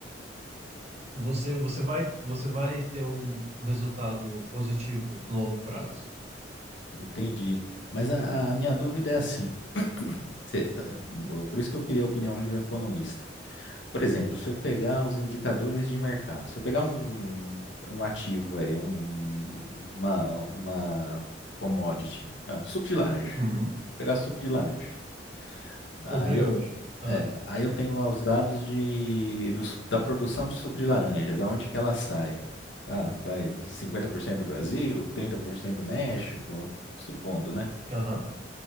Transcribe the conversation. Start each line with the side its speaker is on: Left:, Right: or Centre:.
Right: Você, você vai, você vai ter um, um resultado positivo no longo prazo.
Left: Entendi. Mas a, a minha dúvida é assim. <clears throat> cê- eh, por isso que eu queria a opinião de um economista. Por exemplo, se eu pegar os indicadores de mercado, se eu pegar um, um ativo aí, um- uma, uma commodity, ah, suco de laranja,
Right: Uhum.
Left: pegar suco de laranja. Aí
Right: Comprei
Left: eu,
Right: hoje. Ah,
Left: é, aí eu tenho lá os dados de, dos- da produção de suco de laranja, da onde que ela sai. Ah, tá aí, 50% do Brasil, 30% do México, supondo, né?
Right: aham.